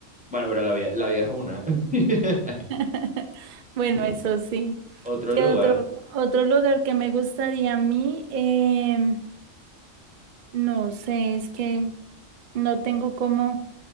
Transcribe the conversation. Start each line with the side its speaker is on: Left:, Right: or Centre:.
Centre: Bueno, pero la vida, la vida es una. <laughs>
Right: <laughs> Bueno, eso sí.
Centre: Otro
Right: ¿Qué
Centre: lugar,
Right: otro, otro lugar que me gustaría a mí? Em, no sé, es que no tengo como,